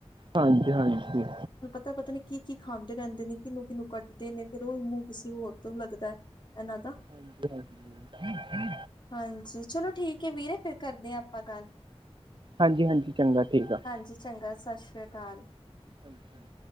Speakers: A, on the right; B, on the left.
A: ਹਾਂਜੀ ਹਾਂਜੀ।
B: ਤਾ ਪਤਾ ਨੀ ਕੀ ਕੀ ਖਾਂਦੇ ਰੈਦੇ ਨੇ ਕਿਨੂੰ'ਕਿਨੂੰ ਕੱਟਦੇ ਨੇ ਫੇਰ ਉਈ ਮੂੰਹ ਕਿਸੇ ਹੋਰ ਤੋ ਲੱਗਦਾ ਇਨਾਂ ਦਾ
A: ਹਾਂਜੀ ਹਾਂਜੀ
B: ਹਾਂਜੀ ਚਲੋ ਠੀਕ ਐ ਵੀਰੇ ਫੇਰ ਕਰਦੇ ਆਂ ਆਪਾਂ ਗੱਲ।
A: ਹਾਂਜੀ-ਹਾਂਜੀ ਚੰਗਾ ਠੀਕ ਆ।
B: ਹਾਂਜੀ ਚੰਗਾ ਸਸ ਸ਼੍ਰੀਆਕਾਲ।
A: ਹਾਂਜੀ-ਹਾਂਜੀ।